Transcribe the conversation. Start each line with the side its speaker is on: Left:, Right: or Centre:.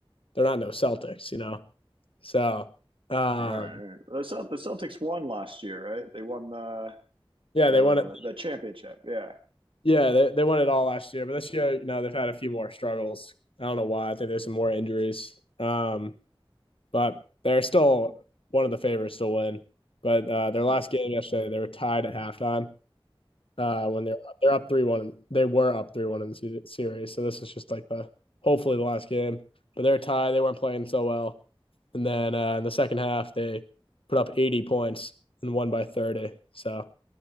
Left: they're not no Celtics, you know. So um
Right: All right. The the Celtics won last year, right? They won the
Left: yeah,
Right: the
Left: they won it
Right: the championship. Yeah.
Left: yeah, they, they won it all last year, but this year, you know, they've had a few more struggles. I don't know why. I think there's some more injuries. Um, but they're still one of the favorites to win. But uh, their last
Right: Mm-hmm.
Left: game yesterday, they were tied at halftime. uh, when they're they're up three one. They were up three one in the series, so this is just like the hopefully the last game. But they're tied. They weren't playing so well, and then uh, in the second half they put up eighty points and won by thirty. So